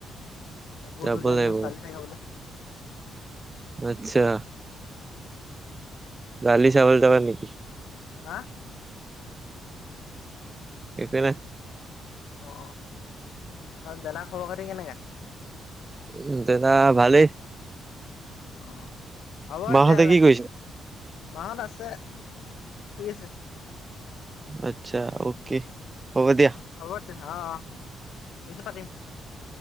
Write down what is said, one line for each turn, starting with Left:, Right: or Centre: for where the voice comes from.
Left: তাত বহুত
Right: যাব
Left: ধুনীয়া
Right: লাগিব
Left: ধুনীয়া ছোৱালী থাকে বোলে
Right: আচ্ছা
Left: <inaudible>
Right: ছোৱালী চাবলৈ যাবা নেকি?
Left: আ
Right: একো নাই।
Left: অ', <unintelligible> দাদাৰ খবৰ খাতি কেনেকা?
Right: উম, দেতা ভালেই।
Left: অ', হ'ব
Right: মাহঁতে
Left: তেতিয়াহ'লে।
Right: কি কৰিছে
Left: মাহঁত আছে। শুই আছে।
Right: আচ্ছা, অ'কে। হ'ব দিয়া
Left: উম, হ'ব তেতিয়াহ'লে। অ', অ'। পিছত পাতিম।